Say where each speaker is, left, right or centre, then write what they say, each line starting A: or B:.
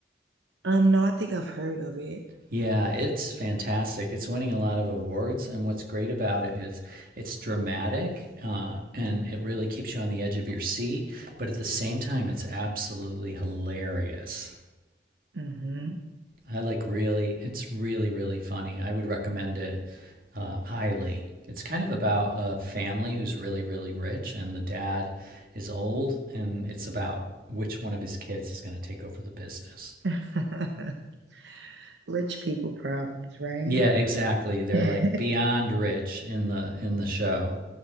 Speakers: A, on the right; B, on the right.
A: Um, no, I think I've heard of it.
B: Yeah, it's fantastic. It's winning a lot of awards, and what's great about it is it's dramatic uh, and it really keeps you on the edge of your seat. But at the same time, it's absolutely hilarious.
A: hmm
B: I like really, it's really, really funny. I would recommend it uh, highly. It's kind of about a family who's really, really rich, and the dad is old, and it's about which one of his kids is going to take over the business.
A: <laughs> Rich people problems, right?
B: Yeah, exactly. They're
A: <laughs>
B: like beyond rich in the in the show,